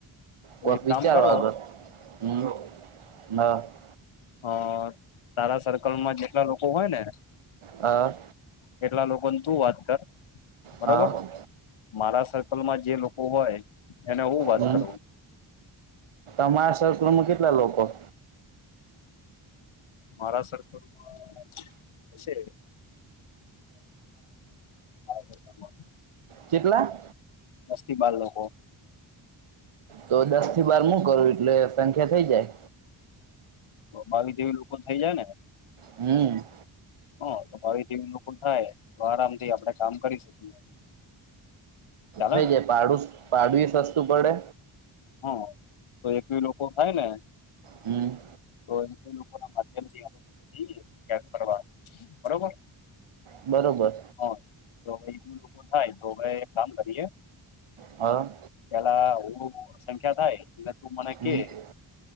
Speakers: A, on the left; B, on the right.
A: તો
B: કોક
A: એક કામ
B: વિચારો
A: કરો
B: આગળ હમ્મ હ.
A: હ તારા સર્કલમાં જેટલા લોકો હોય ને
B: આ
A: એટલા લોકોને તું વાત કર બરોબર
B: હા
A: મારા સર્કલમાં જે લોક હોય એને હું વાત
B: હમ
A: કરવું
B: તમારા સર્કલમાં કેટલા લોકો
A: મારા સકૅલમા સે સર્કલમાં
B: કેટલા
A: દસથી બાર લોકો,
B: તો દસ થી બાર મુું કરું એટલે સંખ્યા થઈ જાય,
A: મા આવી જેવી લોકો થઈ જાય ને
B: હું.
A: હ તો મારી ટીમ લોકો થાય તો આરામથી આપડે કામ કરી શકીએ ચાલે
B: થઈ
A: ને
B: જાય પાડુંસ ભાડુએ સસ્તું પડે
A: હ તો એકવી લોકો થાય ને.
B: હમ્મ
A: તો એ લોકો ના માધ્યમ થી આપ જઈએ યાદ કરવા બરોબર
B: બરોબર
A: હ તો વેજ લોકો થાય તો હવે કામ કરીએ
B: હા
A: પેલા હું સંખ્યા થાય એટલે તું મને
B: હમ
A: કે